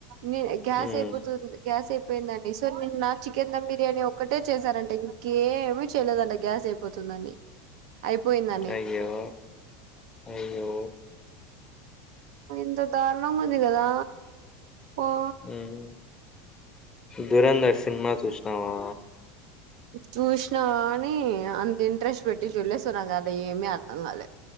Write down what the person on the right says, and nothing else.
నే గ్యాస్
అయిపోతు గ్యాస్ అయిపోయిందండి సో నే చికెన్ దమ్ బిర్యానీ ఒక్కటే చేశారంటే ఇంకేమీ చేయలేదంట గ్యాస్ అయిపోతుందని అయిపోయిందని
ఇంత దారుణంగా ఉంది కదా ఆ
చూసినా కానీ అంత ఇంట్రెస్ట్ పెట్టి చూలేస్తున్నా కదా ఏమి అ అర్ధం కాలే